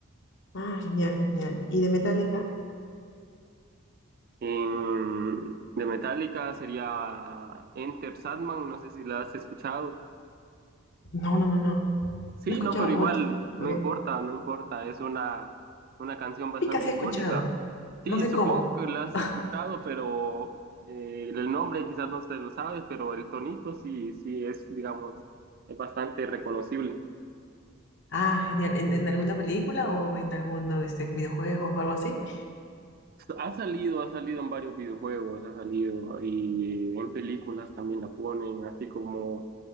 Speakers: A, on the left; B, on the right.
A: Ah, genial, genial. ¿Y de Metallica?
B: Em, de Metallica sería Enter Sandman, no sé si la has escuchado.
A: No, no, no, no.
B: Sí,
A: No he escuchado
B: no, pero
A: mucho.
B: igual,
A: Okay.
B: no importa, no importa, es una, una canción bastante
A: Épica sí
B: icónica.
A: he escuchado.
B: Sí,
A: No sé
B: supongo
A: cómo.
B: que la has
A: <laughs>
B: escuchado, pero eh, el nombre quizás no se lo sabes, pero el tonito sí, sí es, digamos, es bastante reconocible.
A: Ah, genial. ¿En, en alguna película o en algún este, videojuego o algo así?
B: Ha salido, ha salido en varios videojuegos, ha salido y en películas también la ponen, así como,